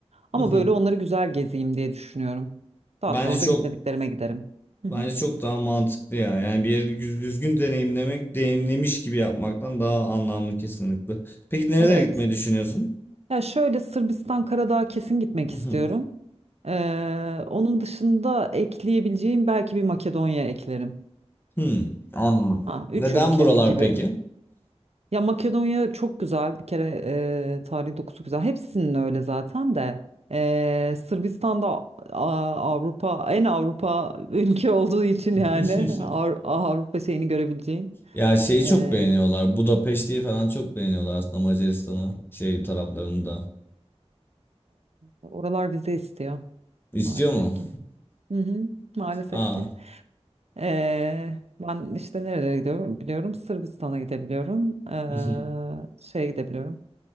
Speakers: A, on the right (about 70°); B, on the left (about 20°).
A: ama
B: mhm.
A: böyle onları güzel gezeyim diye düşünüyorum. Daha
B: Bence
A: sonra
B: çok
A: da gitmediklerime giderim. Hı hı.
B: Bence çok daha mantıklı ya. Yani bir yeri düz- düzgün deneyimlemek, deneyimlemiş gibi yapmaktan daha anlamlı kesinlikle. Peki nerelere
A: Evet.
B: gitmeyi düşünüyorsun?
A: Ya şöyle Sırbistan Karadağ'a kesin gitmek
B: <laughs>
A: istiyorum. Ee, onun dışında ekleyebileceğim belki bir Makedonya eklerim.
B: Hmm, anladım.
A: Ha, üç
B: Neden
A: ülke
B: buralar
A: gibi.
B: peki?
A: Ya Makedonya çok güzel. Bir kere e, tarihi dokusu güzel. Hepsinin öyle zaten de. Ee, Sırbistan'da Avrupa en Avrupa <laughs> ülke olduğu için
B: <laughs>
A: yani <laughs> Av- Avrupa şeyini görebileceğin.
B: Ya şeyi
A: Ee,
B: çok beğeniyorlar. Budapeşte'yi falan çok beğeniyorlar aslında Macaristan'ı şey taraflarında.
A: oralar vize istiyor
B: İstiyor
A: maalesef
B: mu?
A: ki. Hı hı, maalesef
B: <laughs> Aa.
A: ki. Ee, ben işte nerelere gidiyorum biliyorum. Sırbistan'a gidebiliyorum. Ee,
B: <laughs>
A: şeye gidebiliyorum.